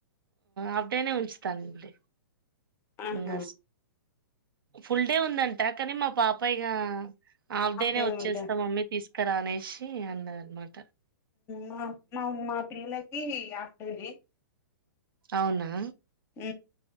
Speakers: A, on the right; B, on the left.
A: అప్పుడేనే ఉంచుతానండి
B: అహ
A: ఇంకా ఫుల్ డే ఉందంట కానీ మా పాప ఇగ హాఫ్ డేనే
B: డే
A: వచ్చేస్తాం
B: ఉంటా
A: మమ్మీ తీస్ క్కరా అనేషి అన్నది అన్మాట
B: మా మా మా పిల్లలకి హాఫ్ డే నే
A: అవునా
B: ఊ